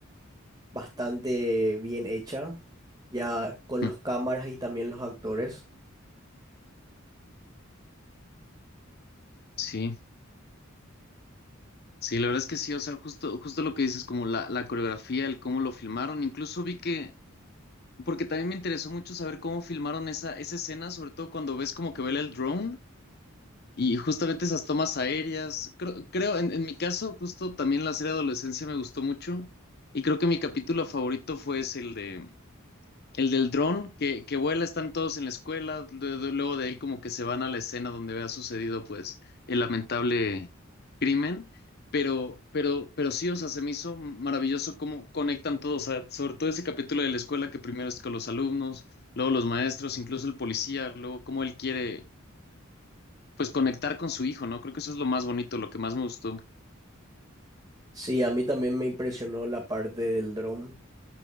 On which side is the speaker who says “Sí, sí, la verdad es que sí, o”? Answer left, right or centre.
Left